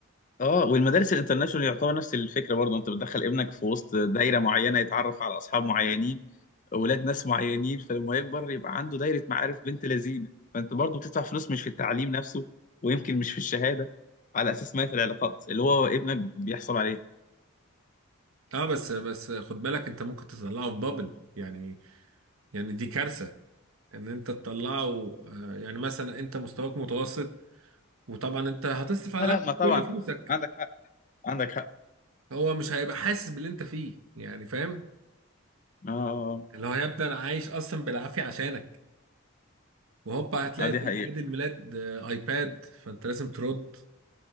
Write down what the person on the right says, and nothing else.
اه بس بس خد بالك انت ممكن تطلعه في بابل يعني يعني دي كارثه ان انت تطلعه آه، يعني مثلا انت مستواك متوسط وطبعا انت هتصرف على
ابنك
كل فلوسك
هو مش هيبقى حاسس باللي انت فيه يعني فاهم
اللي هو يا ابني انا عايش اصلا بالعافيه عشانك وهوبا هتلاقي
في
اعياد الميلاد آه، ايباد فانت لازم ترد